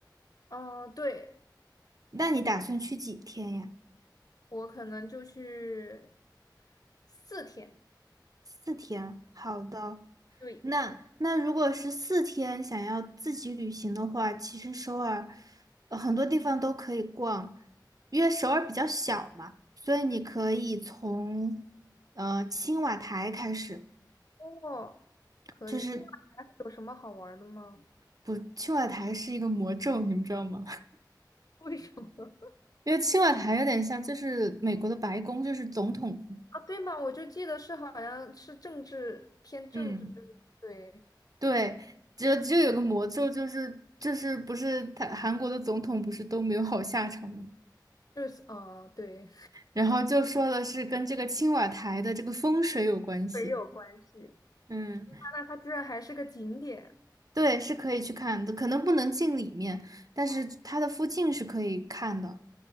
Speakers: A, on the left; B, on the right.
A: 嗯、对，
B: 那你打算去几天呀？
A: 我可能就去四天。
B: 四天啊。好的，
A: 对。
B: 那那如果是四天想要自己旅行的话，其实首尔，呃很多地方都可以逛，因为首尔比较小嘛，所以你可以从呃青瓦台开始，
A: 嗯。哦，可以。
B: 就是
A: 今晚还会有什么好玩儿的吗？
B: 不，青瓦台是一个魔咒，你们知道吗？
A: <laughs> 为什么？
B: 因为青瓦台有点像，就是美国的白宫，就是总统
A: 啊，对嘛，我就记得是好像是政治偏政治，
B: 嗯
A: 对，
B: 对，就就有个魔咒，就是就是不是他韩国的总统不是都没有好下场吗？
A: 就是啊、呃对，
B: 然后就说的是跟这个青瓦台的这个风水有关系。
A: 没有关系。
B: 嗯
A: 那那它居然还是个景点，
B: 对，是可以去看的，可能不能进里面，但是它的附近是可以看的，
A: 哦，